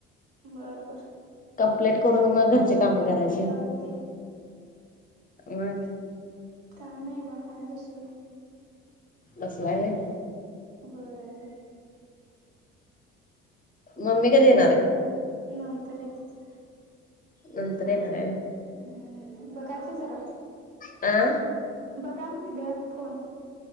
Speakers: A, on the right (about 75°); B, on the left (about 30°).
A: बरं बर.
B: कंप्लेट करून मग घरची काम करायची
A: चालतय
B: मग.
A: काय नाही बा हाय बसलोय.
B: बसलाय व्हय?
A: होय.
B: मम्मी कधी येणार हाय?
A: नंतर येत्यात.
B: नंतर येणार हाय व्हय.
A: हम्म बघा की जरा.
B: अ....
A: बघा म्हंटल फोन.